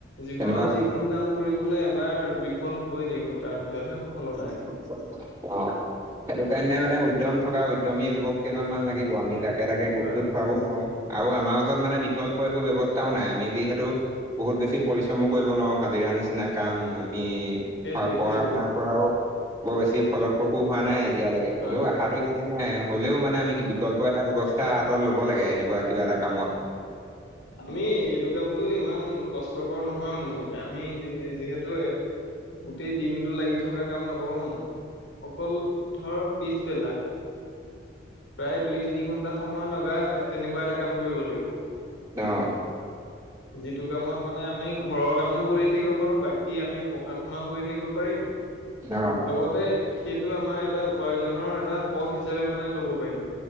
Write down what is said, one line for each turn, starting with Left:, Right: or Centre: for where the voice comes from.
Left: জীৱনত
Right: তেনেকুৱা হ'লে
Left: যিকোনো কাম কৰিবলে এবাৰ বিফল হবই লাগিব তাৰ পিছতহে সফলতা
Right: <inaudible>
Left: আহিব
Right: অ', সেইটো কাৰণে মানে উদ্যম থকা উদ্যমী যুৱক কেইজনমান লাগিব আমি জাগ একেটাকে গ্ৰুপটোত
Left: হয়,
Right: ভাৰাবও নোৱাৰো আৰু আমাৰ ওচৰত মানে বিকল্প একো ব্যৱস্থাও নাই আমি যিহেতু বহুত বেছি পৰিশ্ৰমো কৰিব নোৱাৰোঁ হাজিৰা নিচিনা কাম আমি
Left: সেইটোৱে,
Right: পঢ়া
Left: সেইটোৱে।
Right: শুনাৰ পৰাও বৰ বেছি ফলপ্ৰসু হোৱা নাই। এতিয়ালৈকে
Left: হয়,
Right: হ'লেও
Left: হয়,
Right: অশাটো এৰি দিয়া নাই হ'লেও মানে আমি
Left: হয়,
Right: বিকল্প এনেকুৱা এটা ব্যৱস্থা হাতত ল'ব লাগে এনেকুৱা কিবা এটা কামত
Left: হয় হয়। আমি এইটো কামতটো ইমান কষ্টকৰ নহয় মোৰ মতে আমি যিহেতু গোটেই দিনটো লাগি থাক থকা কাম নকৰো অকল ধৰ পিছবেলা। প্ৰায় দুই তিনি ঘন্টা সময় লগা তেনেকুৱা এটা কাম কৰিব লাগিব।
Right: অহ।
Left: যিটো কামত মানে আমি ঘৰৰ কামো কৰি থাকিব পাৰো বাকি আমি পঢ়া শুনাও কৰি থাকিব, পাৰিম
Right: অ
Left: লগতে সেইটো আমাৰ এটা উপাৰ্জনৰ এটা পথ হিচাপে মানে ল'ব পাৰিম।